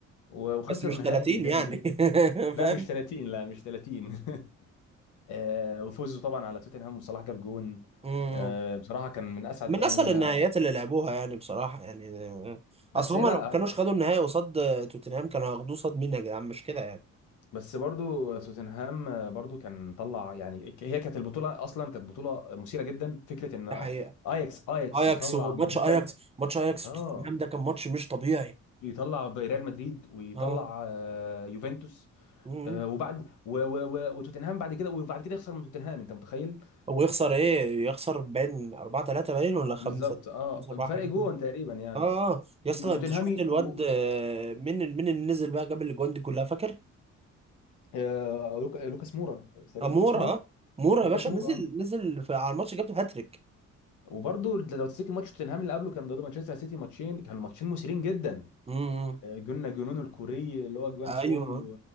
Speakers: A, on the left (about 80°); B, on the right (about 20°).
A: و- وخسر
B: بس مش
A: نهائي
B: 30
A: من ريال
B: يعني
A: مدريد
B: <laughs>
A: لا
B: فاهم
A: مش 30 لا مش 30 <laughs> آه، وفوزوا طبعا على توتنهام وصلاح جاب جون
B: مم.
A: آه، بصراحه كان من اسعد
B: من
A: الايام
B: اسهل
A: اللي انا
B: النهائيات اللي لعبوها يعني بصراحه يعني آه،
A: بس
B: اصل هما
A: لا
B: لو كانوش خدوا النهائي قصاد آه، توتنهام كانوا هياخدوه قصاد مين يا جدعان مش كده يعني
A: بس برضو توتنهام برضو كان طلع يعني هي كانت البطوله اصلا كانت بطوله مثيره جدا فكره ان
B: ده حقيقه
A: اياكس اياكس
B: اياكس
A: يطلع
B: وماتش
A: مانشستر
B: اياكس ماتش اياكس
A: اه
B: وتوتنهام ده كان ماتش مش طبيعي
A: يطلع ريال مدريد ويطلع
B: اه
A: آه، يوفنتوس
B: مم.
A: آه، وبعد و- و- و- وتوتنهام بعد كده وبعد كده يخسر من توتنهام انت متخيل
B: هو يخسر
A: آه،
B: ايه يخسر باين 4 3 باين ولا 5
A: بالظبط اه
B: 5
A: بفرق
B: 4 حاجه
A: جون
B: كده
A: تقريبا يعني
B: اه آه. يا اسطى
A: وتوتنهامي
B: انت شفت الواد
A: و... و-
B: آه، مين مين اللي نزل بقى جاب الاجوان دي كلها فاكر
A: آه، لوك- لوكاس مورا تقريبا
B: اه مورا
A: لوكاس مورا
B: اه مورا
A: لوكاس
B: يا باشا
A: مورا
B: نزل نزل في على الماتش جاب هاتريك
A: وبرضه لو تفتكر ماتش توتنهام اللي قبله كان ضد مانشستر سيتي ماتشين كان ماتشين مثيرين جدا
B: امم
A: آه، جولنا جنون الكوري اللي هو جوان
B: ايوه
A: سون و...